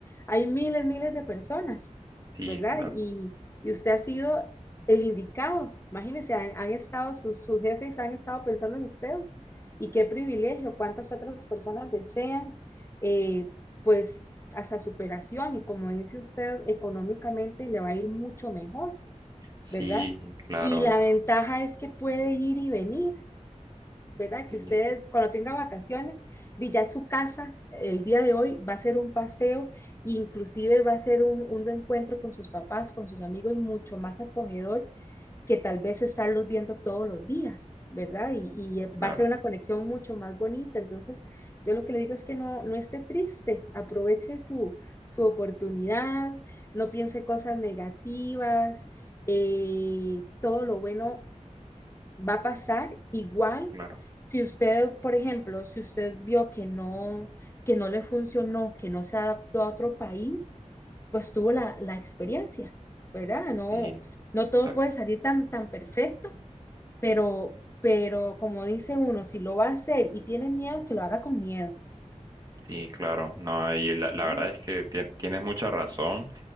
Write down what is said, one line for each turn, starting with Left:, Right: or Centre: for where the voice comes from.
Left: hay miles, miles de personas,
Right: Sí,
Left: ¿verdad?
Right: claro.
Left: Y, y usted ha sido el indicado. Imagínese, han, han estado, sus, sus jefes han estado pensando en usted. Y qué privilegio, cuántas otras personas desean eh, pues hasta superación y como dice usted, económicamente le va a ir mucho mejor,
Right: Sí,
Left: ¿verdad?
Right: claro.
Left: Y la ventaja es que puede ir y venir, ¿verdad?
Right: Sí,
Left: Que usted cuando tenga vacaciones, di, ya su casa el día de hoy va a ser un paseo, e inclusive va a ser un, un reencuentro con sus papás, con sus amigos, mucho más acogedor que tal vez estarlos viendo todos los días, ¿verdad? Y, y eh, va
Right: claro.
Left: a ser una conexión mucho más bonita. Entonces, yo lo que le digo es que no, no esté triste, aproveche su, su oportunidad, no piense cosas negativas, eh, todo lo bueno va a pasar igual
Right: Claro.
Left: si usted, por ejemplo, si usted vio que no, que no le funcionó, que no se adaptó a otro país, pues tuvo la, la experiencia, ¿verdad? No,
Right: Sí,
Left: no todo
Right: sa-
Left: puede salir tan, tan perfecto, pero, pero como dice uno, si lo va a hacer y tiene miedo, que lo haga con miedo,
Right: sí, claro. No, y la,
Left: ¿verdad?
Right: la verdad es que ti- tienes mucha razón.